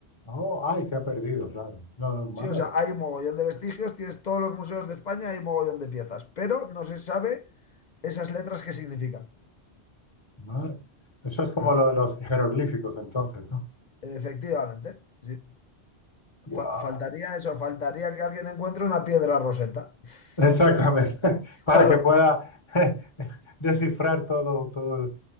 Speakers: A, on the left (about 25°); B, on the left (about 50°).
A: Oh, ay, se ha perdido, claro. No, no, madre,
B: Sí, o sea, hay un mogollón de vestigios, tienes todos los museos de España, hay un mogollón de piezas, pero no se sabe esas letras qué significan.
A: madre. Eso es como
B: <laughs>
A: lo de los jeroglíficos, entonces, ¿no?
B: Efectivamente. sí.
A: Wow.
B: Fa- faltaría eso, faltaría que alguien encuentre una piedra roseta. <laughs>
A: Exactamente. <laughs> Para
B: Claro,
A: que pueda <laughs> descifrar todo, todo el...